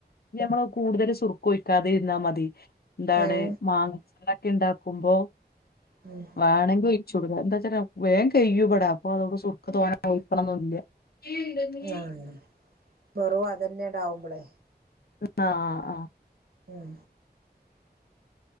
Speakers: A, on the left; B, on the right.
A: ഞമ്മള് കൂടുതൽ സുർ ഒഴിക്കാതിരുന്നാ മതി എന്താണ്
B: ഏഹ്
A: മാങ്ങ ഇണ്ടാക്കുമ്പോ
B: ഉം
A: വേണെങ്കിൽ ച്ചുടക എന്താ വച്ചാൽ വേഗം കഴിയൂവെടാ അപ്പൊ സുർക്ക തോനെ ഒഴിക്കണം ഒന്നുല്ല <unintelligible>
B: ആഹ് വെറും അതന്നെയുണ്ടാവുമ്പളെ
A: ആ ആ
B: ഉം